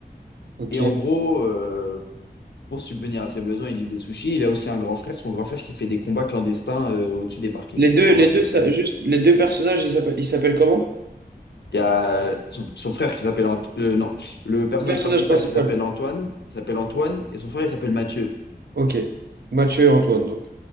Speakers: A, on the right; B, on the left.
A: ok.
B: Et en gros, euh, Pour subvenir à ses besoins, il livre des sushis. Il a aussi un grand frère, son grand frère qui fait des combats clandestins euh, au-dessus des parkings.
A: Les deux,
B: En
A: les
B: bref,
A: deux,
B: ça c'est.
A: ça- juste, les deux personnages, ils s'appellent ils s'appellent comment?
B: Il y a son, son frère qui s'appelle Ant- euh, non, le personnage
A: Le personnage
B: principal
A: principal.
B: qui s'appelle Antoine, il s'appelle Antoine et son frère il s'appelle Mathieu.
A: Ok. Mathieu et Antoine, donc.